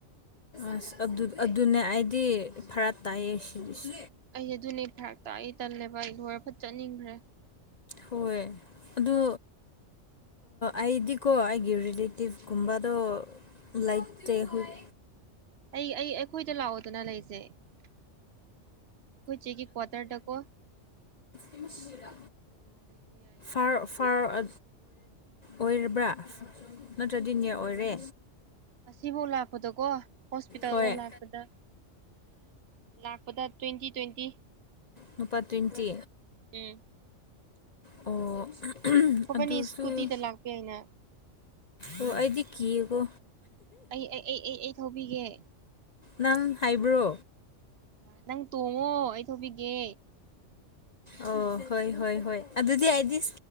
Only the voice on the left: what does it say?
ꯑꯁ ꯑꯗꯨ ꯑꯗꯨꯅꯦ ꯑꯩꯗꯤ ꯐꯔ ꯇꯥꯏꯌꯦ ꯁꯤꯁ
ꯍꯣꯏ ꯑꯗꯨ ꯑꯩꯗꯤꯀꯣ ꯑꯩꯒꯤ ꯒꯤꯔꯤꯂꯦꯇꯤꯞ
ꯀꯨꯝꯕꯗꯣ ꯂꯥꯏꯠ ꯇ ꯍꯨꯛ
ꯏꯃ ꯁꯤꯖꯤꯔꯥ
ꯑꯣꯥ ꯑꯣꯏꯔꯕ꯭ꯔꯥ ꯅꯠꯇ꯭ꯔꯗꯤꯅꯦꯦꯛ ꯑꯣꯏꯔꯦ
ꯍꯣꯏ
ꯅꯨꯄꯥ ꯇ꯭ꯋꯦꯟꯇꯤ
ꯑꯣ
ꯑꯗꯨꯁꯨ
ꯑꯣ ꯑꯗꯤ ꯀꯀꯣ
ꯅꯪ ꯍꯥꯏꯕ꯭ꯔꯣ
ꯑꯣ ꯍꯣꯏ ꯍꯣꯏ ꯍꯣꯏ ꯑꯗꯨꯗꯤ ꯑꯩꯗꯤ